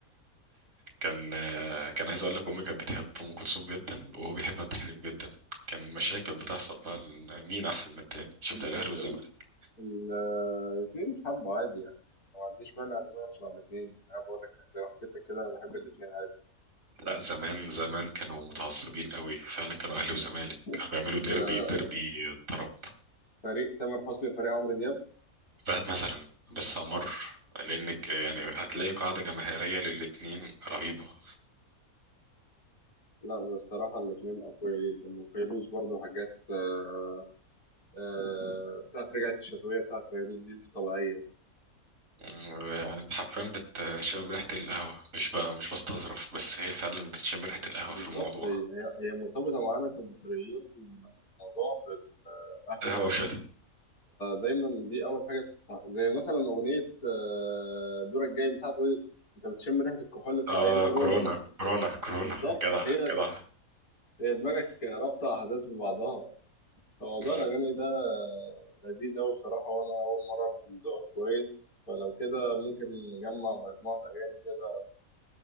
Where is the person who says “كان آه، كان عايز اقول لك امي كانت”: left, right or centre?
Right